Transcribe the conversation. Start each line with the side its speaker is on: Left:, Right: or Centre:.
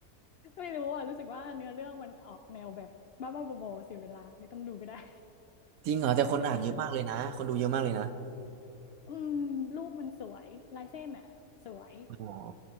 Left: ไม่รู้อ่ะรู้สึกว่าเนื้อเรื่องมันออกแนวแบบบ้าบ้าบอๆเสียเวลาไม่ต้องดูก็ได้ <laughs>
Right: จริงเหรอแต่คนอ่านเยอะมากเลยนะคนดูเยอะมากเลยนะ
Left: ไม่ต้องอ่านอืมรูปมันสวยลายเส้นอ่ะสวย
Right: อ๋อ